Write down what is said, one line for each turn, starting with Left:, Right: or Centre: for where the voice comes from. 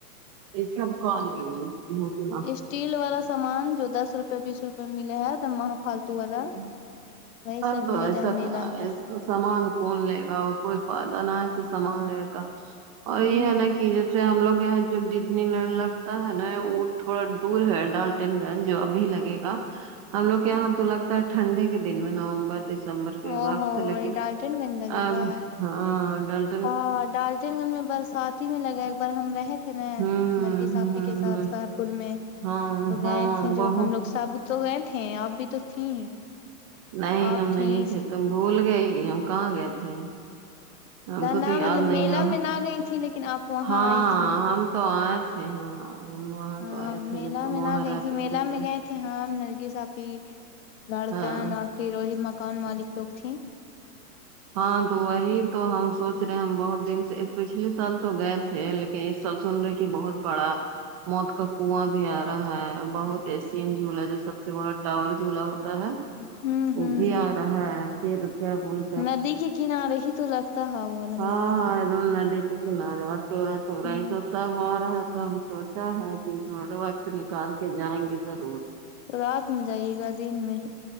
Right: یے سب کالے رہی <unintelligible>
Left: اسٹیل والا سامان جو دس روپے بیس روپے ملے ہے تب وہاں فال تو والا
Right: ہاں
Left: وہی سب
Right: تو ایسا
Left: ملا ہے میلا میں
Right: ایسا سامان کون لے گا کوئی فائدہ نہ ہے تو سامان لے نے کا اور یے
Left: ہوں
Right: ہے نا کی جیسے ہم لوگ ہے جو ڑیز نی لنڈ لگتا ہے نا وہ تھوڑا دور ہے ڈالٹین گنج جو ابھی لگے گا ہم لوگ یہاں تو لگتا ہے ٹھنڈے کے دن میں نومبر ڈس دسمبر کے
Left: او
Right: وقت
Left: ہو
Right: لیکن
Left: ڈالٹن گنج لگے
Right: اب
Left: گا
Right: ہاں ڈل
Left: ہاں ڈالٹین گنج میں برسات ک میں لگا ایک بار ہم رہے تھے نا
Right: ہوں
Left: نرگیس
Right: ہ
Left: اپپی کے ساتھ سہرپور میں
Right: ہاں
Left: تو
Right: ہاں
Left: گئے تھے
Right: بہت
Left: جو ہم لوگ سب تو گئے تھے آپ بھی تو تھیں
Right: نہیں
Left: آپ
Right: ہم
Left: تھیں
Right: نہیں تھے تم بھول گئی ہم کہاں گئے تھے ہم
Left: نہ
Right: کو
Left: نہ
Right: تو یاد
Left: مطلب
Right: نہیں
Left: میلہ
Right: ہے
Left: میں نہ گئی تھی لیکن آپ وہاں
Right: ہاں
Left: آئی تھی
Right: ہم تو آئے تھے ہاں وہاں
Left: ہاں
Right: تو آئے تھے
Left: میلہ
Right: جب تو
Left: میں
Right: وہاں
Left: نہ گئی
Right: رہتی
Left: میلہ
Right: تھی تو
Left: میں گئے تھے ہاں نرگس اپی لڑکن
Right: ہاں
Left: اور پھر وہی مکان مالک لوگ تھیں
Right: ہاں تو وہی تو ہم سوچ رہے ہم بہت دن سے پچھلے سال تو گئے تھے لیکن کہ سب سن رہے کہ بہت بڑا موت کا کنواں بھی آ رہا ہے بہت ای سین جھولا ہے جو سب سے بڑا ٹاور جھولا ہوتا ہے
Left: ہوں
Right: وہ
Left: ہوں
Right: بھی آ رہا ہے پھر کیا بول
Left: ندی کے کنارے ہی تو لگتا ہے وہ والا
Right: ہاں
Left: میلہ وہاں
Right: ہاں ایک دم ندی کے کنارے چورا ٹورا
Left: ہ
Right: یہ سب سب ہو رہا ہے تو ہم سوچا ہے کہ اس بار وقت نکال کے جائیں گے ضرور
Left: تو رات میں جائیے گا دن میں